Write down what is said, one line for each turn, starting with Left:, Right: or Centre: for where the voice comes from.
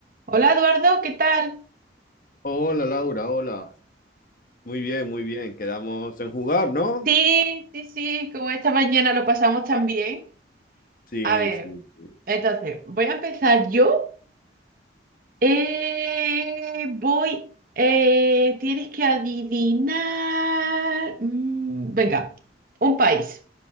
Right: Hola Eduardo, ¿qué tal?
Left: Hola Laura, hola. Muy bien, muy bien. Quedamos en jugar, ¿no?
Right: Sí, sí, sí, como esta mañana lo pasamos tan bien.
Left: Sí,
Right: A ver,
Left: sí, sí.
Right: entonces, voy a empezar yo. Eh, voy, eh, tienes que adivinar. mm, venga, un país.